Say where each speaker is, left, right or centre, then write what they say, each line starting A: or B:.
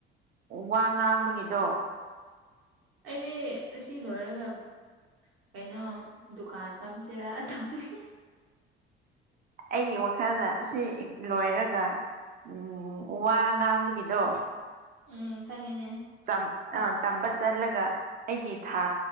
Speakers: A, on the right (about 30°); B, on the right (about 45°).
A: ꯋꯥ ꯉꯥꯡꯕꯒꯤꯗꯣ
B: ꯑꯩꯗꯤ ꯑꯁꯤ ꯂꯣꯏꯔꯒ ꯀꯩꯅꯣ ꯗꯨꯀꯥꯟ ꯐꯝꯁꯤꯔꯥ ꯇꯧꯕꯅꯤ
A: ꯑꯩꯒꯤ ꯋꯥꯈꯜꯅ ꯁꯤ ꯂꯣꯏꯔꯒ ꯎꯝ ꯋꯥ ꯉꯥꯡꯕꯒꯤꯗꯣ
B: ꯎꯝ ꯈꯪꯉꯤꯅꯦ
A: ꯆꯝ ꯑ ꯇꯝꯕ ꯆꯠꯂꯒ ꯑꯩꯒꯤ ꯊꯥ